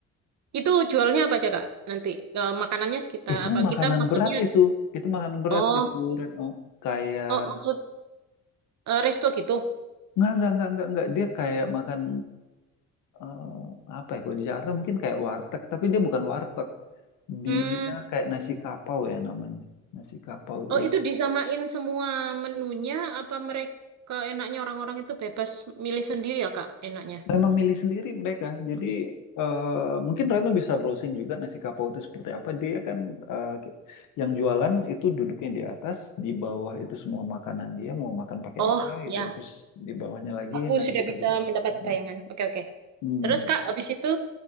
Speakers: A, on the right; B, on the left.
A: Itu jualnya apa aja, Kak? Nanti Eh, makanannya sekitar
B: Itu
A: apa?
B: makanan
A: Kita maksudnya
B: berat itu, itu makanan berat
A: Oh,
B: itu Retno. Kayak
A: oh maksud eh, resto gitu.
B: Nggak, nggak, nggak, nggak, nggak. Dia kayak makan eh, apa ya kalau di Jakarta mungkin kayak warteg tapi dia bukan warteg dia
A: Hmm.
B: kayak nasi kapau ya namanya nasi kapau
A: Oh,
B: itu
A: itu disamain semua menunya apa mereka enaknya orang-orang itu bebas milih sendiri ya, Kak, enaknya?
B: memang milih sendiri mereka jadi eh, mungkin Reno bisa browsing juga nasi kapau itu seperti apa dia kan eh, ki- yang jualan itu duduknya di atas di bawah itu semua makanan dia mau makan pakai
A: Oh,
B: apa gitu
A: ya.
B: terus di bawahnya lagi
A: Aku
B: nanti
A: sudah
B: kita
A: bisa
B: duduk
A: mendapat
B: Hmm.
A: bayangan. Oke, oke.
B: Hmm.
A: Terus, Kak, habis itu